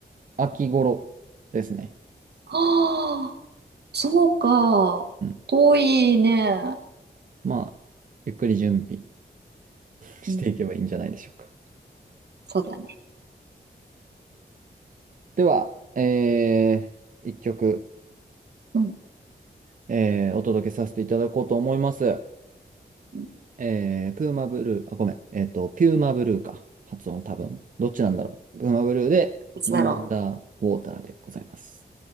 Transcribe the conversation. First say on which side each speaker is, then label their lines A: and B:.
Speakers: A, on the right (about 50°); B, on the right (about 70°).
A: 秋頃ですね。
B: ああそうか。
A: うん
B: 遠いね。
A: まあ、ゆっくり準備していけばいいんじゃないでしょうか。
B: うん。そうだね。
A: では、えー、一曲、
B: うん。
A: えーお届けさせていただこうと思います。
B: うん
A: えー、プーマブルー、あ、ごめん、えっと、ピューマブルーか。発音多分。どっちなんだろう。プーマブルーで、
B: いつだろう。
A: ムーンダーウォーターでございます。